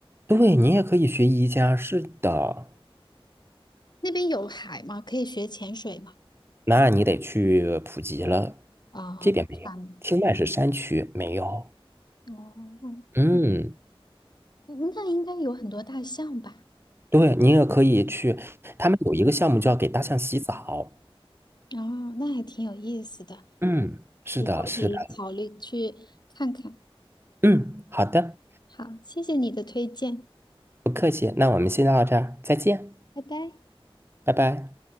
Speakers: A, on the right (about 25°); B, on the left (about 45°).
A: 对，你也可以学瑜伽，是的，
B: 那边有海吗？可以学潜水吗？
A: 那你得去普及了，
B: 啊，
A: 这边没有，
B: 那算了。
A: 清迈是山区，没有。
B: 哦，
A: 嗯，
B: 嗯那应该有很多大象吧？
A: 对，你也可以去，他们有一个项目叫给大象洗澡。
B: 哦，那还挺有意思的，
A: 嗯，是的，
B: 以后可以考虑去看看。
A: 是的，嗯，好的，
B: 好，谢谢你的推荐，
A: 不客气，那我们先到这儿，再见，
B: 拜拜。
A: 拜拜。